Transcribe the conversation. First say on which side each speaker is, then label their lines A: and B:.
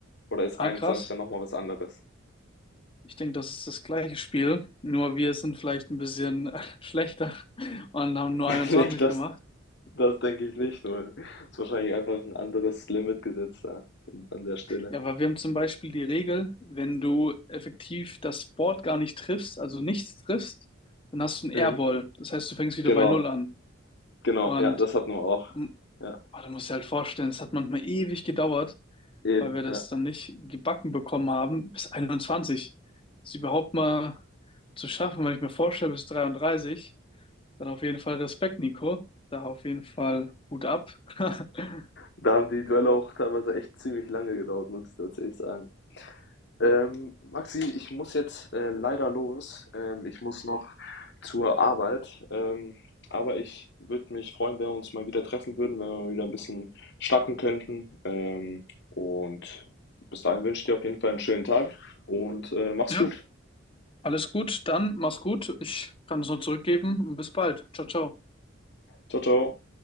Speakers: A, on the left (about 60°); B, on the left (about 25°).
A: Oder ist
B: ah,
A: 21
B: krass.
A: dann nochmal was anderes?
B: Ich denke, das ist das gleiche Spiel, nur wir sind vielleicht ein bisschen <laughs> äh, schlechter und haben nur
A: <laughs>
B: 21
A: Nee, das,
B: gemacht.
A: das denke ich nicht. Nur ist wahrscheinlich einfach ein anderes Limit gesetzt da an der Stelle.
B: Ja, weil wir haben zum Beispiel die Regel, wenn du effektiv das Board gar nicht triffst, also nichts triffst, dann hast du einen
A: Mhm.
B: Airball. Das heißt, du fängst wieder
A: Genau,
B: bei Null an.
A: genau.
B: Und
A: Ja, das hatten wir auch.
B: mm,
A: Ja,
B: ah, du musst dir halt vorstellen, es hat manchmal ewig gedauert,
A: eben.
B: weil wir das
A: Ja.
B: dann nicht gebacken bekommen haben, bis 21. Das überhaupt mal zu schaffen, wenn ich mir vorstelle, bis 33, dann auf jeden Fall Respekt, Nico. Da auf jeden Fall Hut ab. <laughs>
A: Da haben die Duelle auch teilweise echt ziemlich lange gedauert, muss ich tatsächlich sagen. Ähm, Maxi, ich muss jetzt äh, leider los. Ähm, ich muss noch zur Arbeit. Ähm, aber ich würde mich freuen, wenn wir uns mal wieder treffen würden, wenn wir wieder ein bisschen schnacken könnten. Ähm, und bis dahin wünsche ich dir auf jeden Fall einen schönen Tag und äh, mach's
B: Ja,
A: gut.
B: alles gut, dann mach's gut. Ich kann es nur zurückgeben und bis bald. Ciao, ciao.
A: Ciao, ciao.